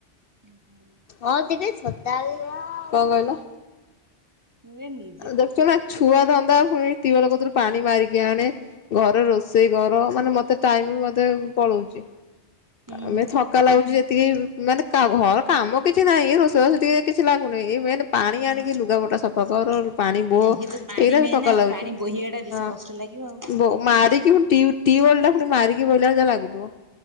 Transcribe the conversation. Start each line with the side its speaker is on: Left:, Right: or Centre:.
Right: ଓ ହୋ।
Left: ହଁ ଟିକେ ଛତା ଆଲ କଣ କହିଲ?
Right: ହୁଏନି।
Left: ଦେଖୁଛୁ ନା ଛୁଆ ଧନ୍ଦା ପୁଣି ଟିୱଲ କତିରୁ ପାଣି ମାରିକି ଆଣେ। ଘରେ ରୋଷେଇ କର ମାନେ ମତେ ଟାଇମ୍ ବି ମତେ ପଳଉଛି,
Right: ହୁଁ
Left: ଆମେ ଥ ଥକା ଲାଗୁଛି ଯେତିକି ମାନେ ଘର କାମ କିଛି ନାହିଁ, ଏ ରୋଷେଇ ବାଷ ଟିକେ କିଛି ଲାଗୁନି ଏ ମେନେ ପାଣି
Right: ହୁଁ
Left: ଆଣିକି ଲୁଗା ପଟା ସଫା। ହ
Right: ହୁଁ
Left: ପାଣି ବୋହ
Right: ଇଏ ତ ପାଣି
Left: ଏରା
Right: ମେନ୍
Left: ବି ଥକା
Right: ଆଉ
Left: ଲାଗୁଚି
Right: ପାଣି ବୋହିବା ଟା ବେଶୀ
Left: ହଁ
Right: କଷ୍ଟ ଲାଗିବ ଆଉ।
Left: ବୋ ହୋଉ ମାରିିକ କି ଟିୟୁ -ଟିୱଲ୍ ଟାକୁ ମାରିିକି ବୋହିଲେ ଯା ଲାଗୁଥିବ।